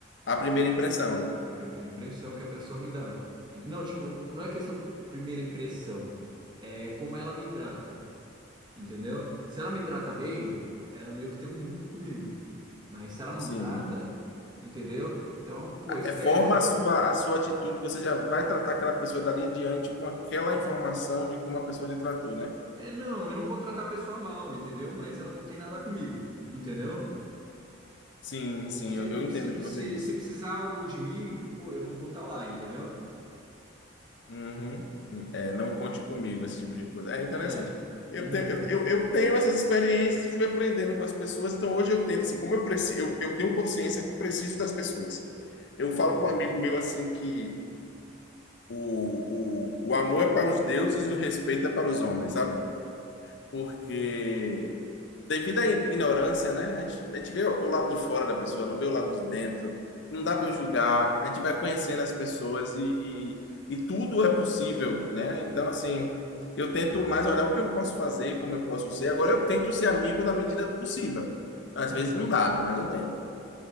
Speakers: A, on the left; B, on the right.
A: a primeira impressão.
B: A primeira impressão que a pessoa me dá. Ent- Não, tipo, não é questão primeira impressão. É como ela me trata. Entendeu? Se ela me trata bem, ela meio que tem um mundo comigo. Mas se ela não
A: Sim.
B: trata, entendeu? Então, pô, esquece.
A: É, forma a sua, a sua atitude, você já vai tratar aquela pessoa dali diante com aquela informação de como a pessoa lhe tratou, né?
B: É, não, eu não vou tratar a pessoa mal, entendeu? Mas ela não tem nada comigo, entendeu?
A: Sim, sim,
B: Se,
A: eu, eu entendo
B: se,
A: o que
B: se,
A: você disse.
B: se precisar algo de mim, pô, eu não vou estar lá, entendeu?
A: Uhum. É, não conte comigo, esse tipo de coisa. É interessante.
B: É.
A: Eu
B: Uhum,
A: tenho, eu, eu, eu tenho essas experiências e fui aprendendo com as pessoas, então hoje eu tento, assim, como eu, preci, eu, eu tenho consciência que eu preciso das pessoas. Eu
B: entendi.
A: falo para um amigo meu assim que o, o, o amor é para os deuses e o respeito é para os homens, sabe? porque devido à ignorância, né? A gente, a gente vê o lado de fora da pessoa, não vê o lado de dentro. Não dá para julgar. A gente vai conhecendo as pessoas e, e, e tudo é possível, né? Então, assim, eu tento mais olhar o que eu posso fazer, como eu posso ser. Agora, eu tento ser amigo na medida do possível. Às
B: Uhum.
A: vezes não dá, mas eu tento.